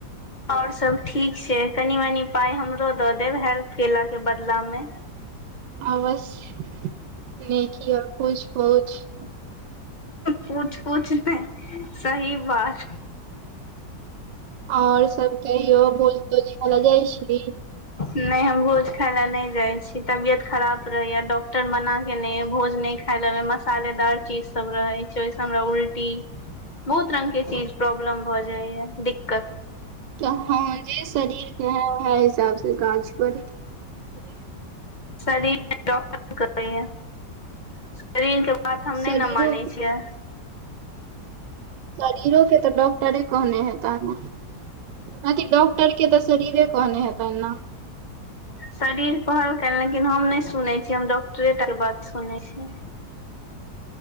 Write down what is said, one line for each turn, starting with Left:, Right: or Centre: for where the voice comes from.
Left: आओर सब ठीक छै कनि मनी पाइ हमरो दऽ देब हेल्प केलाके बदलामे
Right: आबशय नेकी आओर पुछ पूछ
Left: पूछ पूछ नहि सही बात
Right: ओर सब कहियो भोज तोज काय लयऽ जाइ छी
Left: नहि हम भोज खााय लए नहि जाइ छी तबियत खराब रहैया डॉक्टर मना केे नहि भोज नहि खायलेमे मसालेदार चीज सब रहै छै ओहिस हमरा उल्टी बहुत रंग के चीज प्रॉब्लम भऽ जाइ य दिक्कत
Right: तऽ हँ हँ जे शरीर केहइ उएह हिसाबसँ काज करी हँ
Left: शरीर <unintelligible> ये शरीर के बात हम
Right: शरीरो
Left: नहि नऽ मानै छियै
Right: शरीरो के तऽ डॉक्टरे कहने हेताह नऽ किया कि डॉक्टर के तऽ शरीरे कहने हेतनि नऽ
Left: शरीर कहलक लेकिन हम नहि सुनै छीयै हम डॉक्टरे टा के बात सुनै छिये